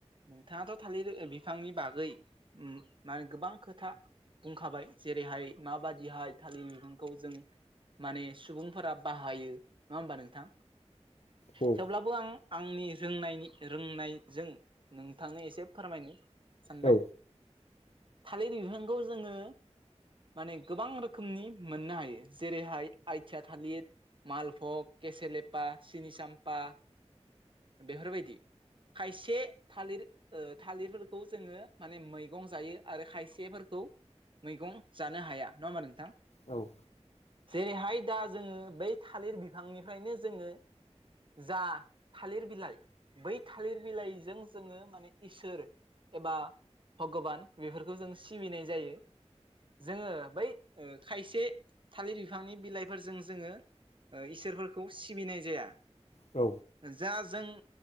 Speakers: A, on the right; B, on the left.
A: नोंथाङाथ' थालिर बिफांनि बागै माने गोबां खोथा बुंखाबाय जेरैहाय माबादिहाय थालिर बिफांखौ जों माने सुबुंफोरा बाहायो नङा होमबा नोंथां
B: औ
A: थेवब्लाबो आं आंनि रोंनायनि रोंनायजों नोंथांनो एसे फोरमायनो सानबाय।
B: औ
A: थालिर बिफांखौ जोङो माने गोबां रोखोमनि मोननो हायो जेरैहाय आइथिया थालिर मालभग केसेलेपा सिनिसाम्पा बेफोरबायदि खायसे थालिर थालिरफोरखौ जोङो माने मैगं जायो आरो खायसेफोरखौ मैगं जानो हाया नङा होमबा नोंथां।
B: औ
A: जेरैहाय दा जोङो बै थालिर बिफांनिफ्रायनो जोङो जा थालिर बिलाइ बै थालिर बिलाइजों जोङो माने इसोर एबा भगबान बेफोरखौ जों सिबिनाय जायो। जोङो बै खायसे थालिर बिफांनि बिलाइफोरजों जोङो इसोरफोरखौ सिबिनाय जाया।
B: औ
A: जा जों